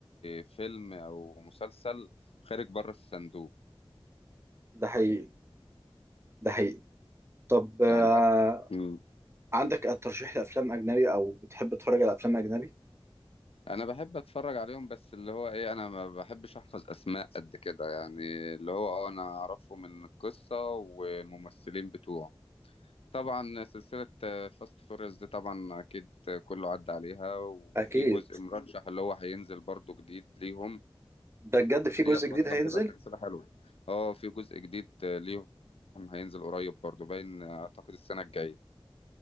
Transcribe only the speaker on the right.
ده حقيقي ده حقيقي طب
آه،
عندك ترشيح لأفلام أجنبي أو بتحب تتفرج على أفلام أجنبي؟
أكيد
ده بجد في
جزء
جديد هينزل